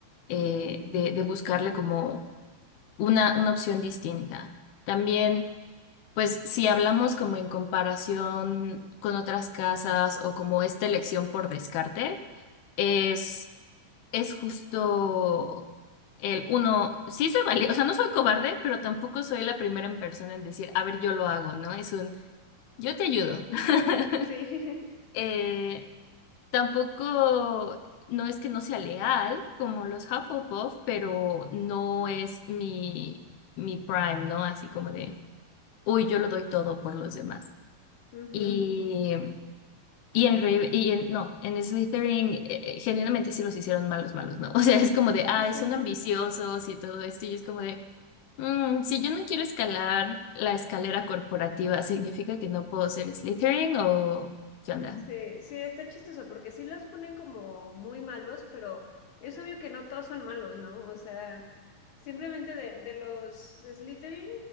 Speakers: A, on the left (about 80°); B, on the left (about 55°).
A: eh, de, de buscarle como una, una opción distinta. También... Pues si hablamos como en comparación con otras casas o como esta elección por descarte, es, es justo el uno, sí soy valiente, o sea, no soy cobarde, pero tampoco soy la primera en persona en decir, a ver, yo lo hago, ¿no? Es un, yo te ayudo.
B: Ujú.
A: <laughs>
B: Sí.
A: Eh, Tampoco, no es que no sea leal como los Hufflepuff, pero no es mi, mi prime, ¿no? Así como de, uy, yo lo doy todo por los demás.
B: <laughs> Ujú.
A: Y, y en Raven, y en, no, en Slytherin eh, eh, genuinamente sí los hicieron malos, malos, ¿no? <laughs> O sea, es como de, ay,
B: Sí.
A: son ambiciosos y todo esto, y es como de, "Mm, si yo no quiero escalar la escalera corporativa, ¿significa que no puedo ser Slytherin o qué onda?
B: Sí, sí, está chistoso porque sí los ponen como muy malos, pero es obvio que no todos son malos, ¿no? O sea, simplemente de, de los Slytherin,